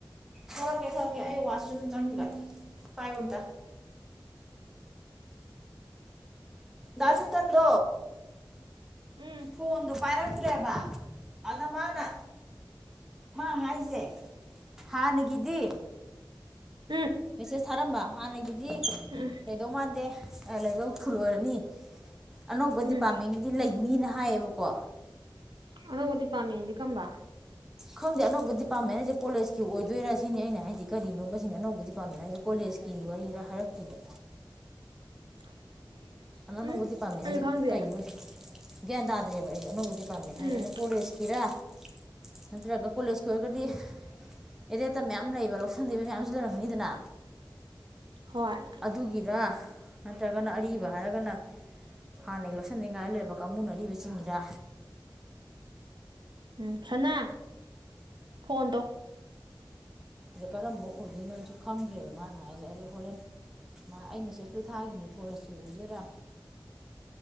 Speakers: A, in the centre; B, on the right.
A: ꯊꯣꯛꯂꯛꯀꯦ ꯊꯣꯛꯂꯛꯀꯦ ꯑꯩ ꯋꯥꯠꯁꯔꯨꯝ ꯆꯪꯉꯤꯕ ꯄꯥꯏꯌꯣ ꯑꯝꯇ ꯗ ꯆꯦꯇꯟꯗꯣ
B: ꯎꯝ
A: ꯐꯣꯟꯗꯣ ꯄꯥꯏꯔꯛ ꯇꯦꯕ ꯑꯗ ꯃꯥꯅ ꯃꯥ ꯍꯥꯏꯁꯦ ꯍꯥꯟꯅꯒꯤꯗꯤ
B: ꯎꯝ
A: ꯃꯦꯁꯦꯁ ꯊꯥꯔꯝꯕ ꯍꯥꯟꯅꯒꯤꯗꯤ
B: ꯎꯝ
A: ꯂꯩꯗꯧ ꯃꯥꯟꯗꯦ ꯂꯩꯗꯧ ꯐꯨꯜ ꯑꯣꯏꯔꯅꯤ ꯑꯅꯧꯕ
B: ꯎꯝ
A: ꯗꯤꯄꯥꯔꯠꯃꯦꯟꯒꯤꯗꯤ ꯂꯩꯅꯤꯅ ꯍꯥꯏꯌꯦꯕꯀꯣ
B: ꯑꯅꯧꯕ ꯗꯤꯄꯥꯔꯠꯃꯦꯟꯗꯤ ꯀꯝꯕ
A: ꯈꯪꯗꯦ ꯑꯅꯧꯕ ꯗꯤꯄꯥꯔꯠꯃꯦꯟ ꯍꯥꯏꯁꯦ ꯀꯣꯂꯦꯖꯀꯤ ꯑꯣꯏꯗꯣꯏꯔꯥ ꯁꯤꯅꯤ ꯑꯩꯅ ꯍꯥꯏꯗꯤ ꯀꯔꯤꯅꯣꯕ ꯁꯤꯅꯤꯑꯅꯧꯕ ꯗꯤꯄꯥꯔꯠꯃꯦꯟ ꯍꯥꯏꯁꯦ ꯀꯣꯂꯦꯖ ꯂꯦꯁꯀꯤ ꯋꯥꯔꯤꯔ ꯍꯥꯏꯔꯛꯈꯤꯗ
B: <inaudible>
A: ꯑꯅꯧꯕ
B: ꯎꯝ
A: ꯗꯤꯄꯥꯔꯠꯃꯦꯟ
B: ꯑꯩꯁꯨ
A: ꯍꯥꯏꯁꯦ
B: ꯈꯪꯗꯦ
A: ꯀꯩꯅꯣ ꯒ꯭ꯌꯥꯟ ꯇꯥꯗ꯭ꯔꯦꯕ ꯑꯩꯁꯨ ꯑꯅꯧꯕ ꯗꯤꯄꯥꯔꯠꯃꯦꯟ
B: ꯎꯝ
A: ꯍꯥꯏꯁꯦ ꯑꯩꯅ ꯀꯣꯂꯦꯖꯀꯤꯔꯥ ꯅꯠꯇ꯭ꯔꯒ ꯀꯣꯂꯦꯖꯀꯤ ꯑꯣꯏꯔꯒꯗꯤ ꯑꯦꯗꯦꯠꯇ ꯃꯌꯥꯝ ꯂꯩꯕ ꯂꯧꯁꯤꯟꯗꯤꯕ ꯃꯌꯥꯝ ꯁꯤ ꯂꯩꯔꯝꯒꯅꯤꯗꯅ
B: ꯍꯣꯏ
A: ꯑꯗꯨꯒꯤꯔ ꯅꯠꯇ꯭ꯔꯒꯅ ꯑꯔꯤꯕ ꯍꯥꯏꯔꯒꯅ ꯍꯥꯟꯅꯒꯤ ꯂꯧꯁꯟꯅꯤꯡꯉꯥꯏ ꯂꯩꯔꯕ ꯀꯥꯡꯕꯨꯅ ꯑꯔꯤꯕꯆꯤꯡꯉꯤꯔ
B: ꯎꯝ ꯁꯅꯥ ꯐꯣꯟ ꯗꯣ
A: ꯑꯗ ꯀꯔꯝꯕ ꯑꯣꯏꯗꯣꯏꯅꯣꯁꯨ ꯈꯪꯗ꯭ꯔꯦꯕ ꯃꯥꯅ ꯍꯥꯏꯁꯦ ꯑꯗꯣ ꯍꯣꯔꯦꯟ ꯃꯥ ꯑꯩ ꯃꯦꯁꯦꯁꯇꯨ ꯊꯥꯈꯤꯅꯦ ꯀꯣꯂꯦꯖꯀꯤ ꯑꯣꯏꯗꯣꯏꯔ